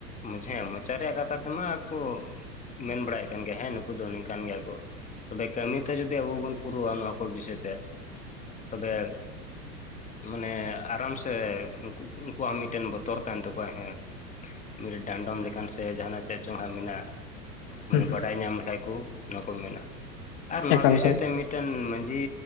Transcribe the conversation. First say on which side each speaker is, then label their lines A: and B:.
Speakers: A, on the left (about 15°); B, on the left (about 35°).
A: ᱢᱩᱡᱷᱮ ᱢᱚᱪᱟ ᱨᱮᱭᱟᱜ ᱠᱟᱛᱷᱟ ᱛᱮᱢᱟ ᱠᱚ, ᱢᱮᱱ ᱵᱟᱲᱟᱭᱮᱫ ᱠᱟᱱ ᱜᱮᱭᱟ ᱦᱮᱸ ᱱᱩᱠᱩ ᱫᱚ ᱱᱝᱠᱟᱱ ᱜᱮᱭᱟ ᱠᱚ᱾ ᱛᱚᱵᱮ ᱠᱟᱹᱢᱤᱛᱮ ᱡᱩᱫᱤ ᱟᱵᱚ ᱵᱚᱱ ᱯᱩᱨᱟᱹᱣᱟ ᱱᱚᱣᱟ ᱠᱚ ᱵᱤᱥᱚᱭ ᱛᱮ, ᱛᱚᱵᱮ ᱢᱟᱱᱮ ᱟᱨᱟᱢ ᱥᱮ ᱩᱱᱠᱩ ᱩᱱᱠᱩᱣᱟᱜ ᱢᱤᱫᱴᱮᱱ ᱵᱚᱛᱚᱨ ᱛᱟᱦᱮᱱ ᱛᱟᱠᱚᱣᱟ ᱦᱮᱸ ᱢᱤᱫᱴᱮᱱ ᱰᱟᱸᱰᱚᱢ ᱞᱮᱠᱟᱱ ᱥᱮ ᱡᱟᱦᱟᱱᱟᱜ ᱪᱮᱫ ᱪᱚᱝ ᱢᱮᱱᱟᱜᱼᱟ,
B: ᱦᱩᱸ
A: ᱢᱟᱱᱮ
B: ᱦᱩᱸ
A: ᱵᱟᱰᱟᱭ ᱧᱟᱢ ᱞᱮᱠᱷᱟᱡ ᱠᱚ᱾ ᱱᱚᱣᱟ ᱠᱚ ᱢᱮᱱᱟ, ᱟᱨ ᱱᱚᱣᱟ
B: ᱮᱠᱟᱞ
A: ᱵᱤᱥᱚᱭ
B: ᱮᱠᱟᱞ
A: ᱛᱮ ᱢᱤᱫ ᱢᱤᱫᱴᱮᱱ ᱢᱟᱺᱡᱷᱤ